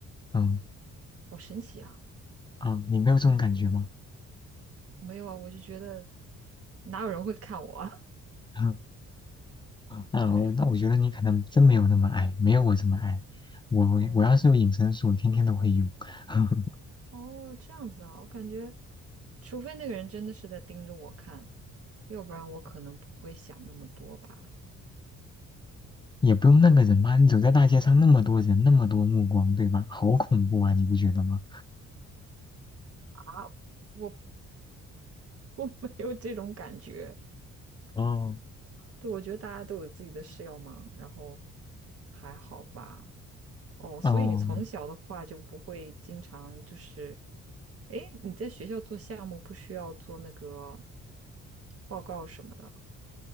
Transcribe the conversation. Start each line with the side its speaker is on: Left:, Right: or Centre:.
Left: 嗯，
Right: 好神奇啊！
Left: 啊，你没有这种感觉吗？
Right: 没有啊，我就觉得哪有人会看我啊？
Left: <laughs> 啊，我那我觉得你可能真没有那么爱，
Right: <laughs>
Left: 没有我这么爱。我我要是有隐身术，
Right: 哦
Left: 我天天都会用，<laughs>
Right: 哦，这样子啊，我感觉，除非那个人真的是在盯着我看，要不然我可能不会想那么多吧。
Left: 也不用那个人吧？
Right: 对
Left: 你走在大街上，那么多人，那么多目光，对吧？好恐怖啊，你不觉得吗？
Right: 啊，我我没有这种感觉。
Left: 哦，
Right: 对，我觉得大家都有自己的事要忙，然后还好吧。哦，所以你从小的话就不会经常就是，
Left: 哦，
Right: 诶，你在学校做项目不需要做那个报告什么的，